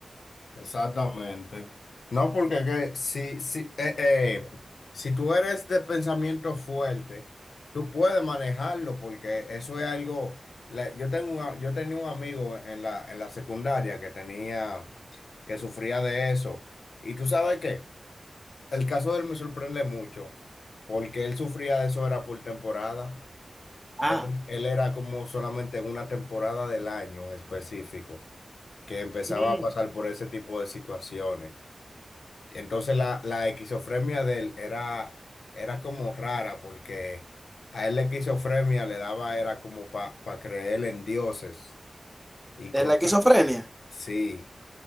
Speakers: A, on the left (about 80°); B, in the centre.
A: Exactamente. No, porque que si, si, eh, eh, si tú eres de pensamiento fuerte, tú puedes manejarlo porque eso es algo... la- yo tengo un a- yo tenía un amigo en la, en la secundaria que tenía, que sufría de eso. Y tú sabes qué, el caso de él me sorprende mucho porque él sufría de eso era por temporada.
B: Ah,
A: Él, él era como solamente en una temporada del año específico que empezaba
B: mm,
A: a pasar por ese tipo de situaciones. Entonces la, la esquizofrenia de él era, era como rara porque a él la esquizofrenia le daba, era como para creer en dioses y cosas
B: es la esquizofrenia.
A: así.